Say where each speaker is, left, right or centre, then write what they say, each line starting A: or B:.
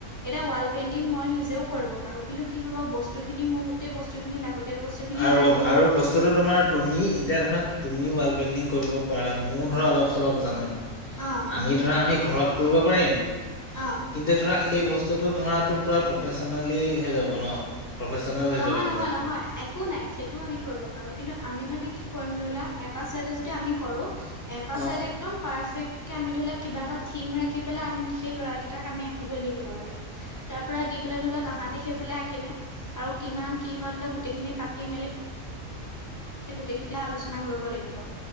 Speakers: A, on the left; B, on the left.
A: এটা ৱাল পেইণ্টিং মই নিজেও কৰিব পাৰো। কিন্তু কি হ'ব বস্তুখিনি মোৰ গোটেই বস্তুখিনি লাগ গোটেই বস্তুখিনি
B: আৰু
A: নাই বৰ্তমান।
B: আৰু বস্তুটো তোমাৰ তুমি এতিয়া ধৰা তুমি ৱাল পেইণ্টিং কৰিব পাৰা মইও ধৰা অলপ চলপ জানো।
A: অ',
B: আমি ধৰা আমি ঘৰত কৰিব পাৰিম।
A: অ'।
B: কিন্তু ধৰা সেই বস্তুটো ধৰাটো পূৰা প্ৰফেচনেলি হে যাব ন। প্ৰফেচনেল হৈ
A: নহয়,
B: যাব
A: নহয়,
B: পুৰা।
A: নহয়। একো নাই সেইটোও আমি কৰিব পাৰো। কিন্তু আমি মানে কি কৰিম ধৰিলোৱা এটা চাইডে যদি আমি কৰো। এটা
B: অ',
A: চাইডে একদম পাৰফেক্টকে আমি ধৰি লোৱা কিবা এটা থিম ৰাখি পেলাই আমি সেই ল'ৰাকেইটাক আমি আঁকিবলৈ দি দিব লাগে। তাৰ পৰা দি পেলাই ধৰি লওঁ তাহাঁতি সেইফালে আঁকিলে আৰু কিমান কি হয় ধৰি লওঁ গোটেইখিনি পাতি মেলি গোটেইখেই আলোচনা কৰিব লাগিব।